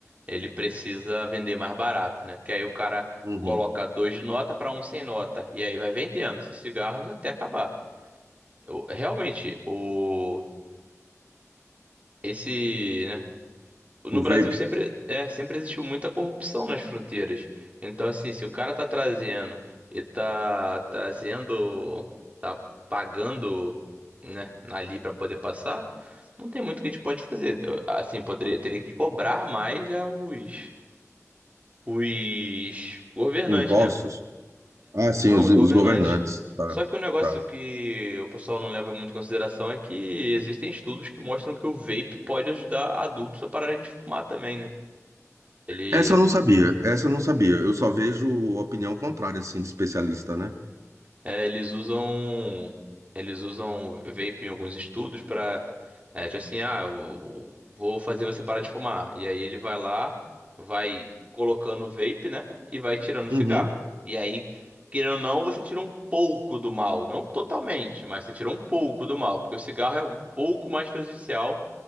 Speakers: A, on the right; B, on the right.
A: Ele precisa vender mais barato, né? Que aí o cara
B: uhum.
A: coloca dois de nota para um sem nota. E aí vai vendendo esses cigarros até acabar. Eu- realmente, o, esse, né? No
B: O
A: Brasil
B: vape,
A: sempre, é, sempre existiu muita corrupção nas fronteiras. Então, assim, se o cara tá trazendo e tá trazendo, tá pagando, né, ali para poder passar, não tem muito que a gente pode fazer. Assim, poderia, teria que cobrar mais aos. Os governantes,
B: impostos.
A: né?
B: Ah, sim,
A: Não,
B: os,
A: os
B: os
A: governantes.
B: governantes. Tá,
A: Só que o negócio
B: tá.
A: que o pessoal não leva muito em consideração é que existem estudos que mostram que o vape pode ajudar adultos a pararem de fumar também, né? Ele
B: Essa eu não sabia, essa eu não sabia. Eu só vejo opinião contrária, assim, de especialista, né?
A: É, eles usam eles usam vape em alguns estudos para é, tipo assim, ah, eu vou fazer você parar de fumar. E aí ele vai lá, vai colocando o vape, né? E vai tirando o cigarro.
B: Uhum.
A: E aí, querendo ou não, você tira um pouco do mal, não totalmente, mas você tira um pouco do mal, porque o cigarro é um pouco mais prejudicial